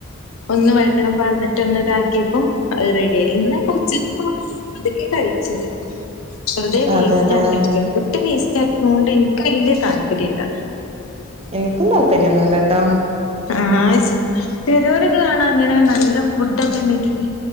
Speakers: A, on the left; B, on the right.
A: ഒന്ന് വെള്ളം പാർന്ന്ട്ട് ഒന്ന് ഇതാക്കിയപ്പം അത് റെഡി ആയി ഇന്ന് പ്പ ഉച്ചക്ക് പ്പം എന്തൊക്കെ കഴിച്ചത് വെറുതെ വേസ്റ്റ്
B: അതെല്ലേ
A: ആക്കണ്ടല്ലോ ഫുട്ട് വേസ്റ്റ് ആക്കുന്നോണ്ട് ഇൻക്ക് വല്യ താല്പര്യല്ല.
B: ഇൻക്കും താല്പര്യന്നുല്ലട്ടോ
A: ആഹ് ചെലോലൊക്കെ കാണാ ഇങ്ങനെ നല്ല ഫുഡൊക്കെ ഇണ്ടെങ്കില്